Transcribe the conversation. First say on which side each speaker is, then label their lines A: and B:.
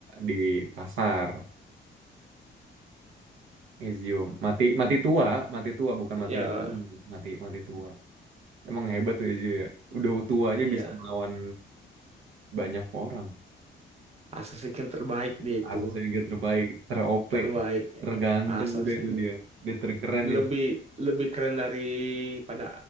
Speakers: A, on the right; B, on the right.
A: di pasar. Ezio mati mati tua, mati tua bukan
B: Ya,
A: mati di gunung, mati mati tua. Emang hebat tuh Ezio ya. Udah tua aja
B: iya.
A: bisa melawan banyak orang.
B: Assassin's Creed terbaik dia itu.
A: Assassin's Creed terbaik, ter-OP,
B: Terbaik ya.
A: terganteng
B: Assassin's
A: udah itu
B: Creed.
A: dia. Dia terkeren
B: Lebih lebih keren daripada